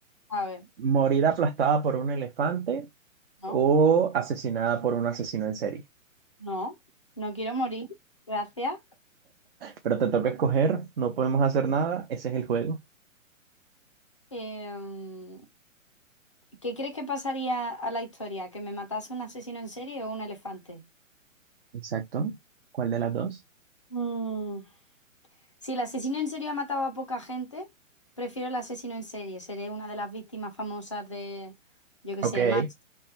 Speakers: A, on the left; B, on the right.
A: A ver,
B: morir aplastada por un elefante
A: no,
B: o asesinada por un asesino en serie.
A: no, no quiero morir. Gracias.
B: Pero te toca escoger, no podemos hacer nada, ese es el juego.
A: Em, ¿qué crees que pasaría a la historia? ¿Que me matase un asesino en serie o un elefante?
B: Exacto. ¿Cuál de las dos?
A: Mm, Si el asesino en serie ha matado a poca gente, prefiero el asesino en serie. Seré una de las víctimas famosas de, yo qué
B: Ok.
A: sé, más.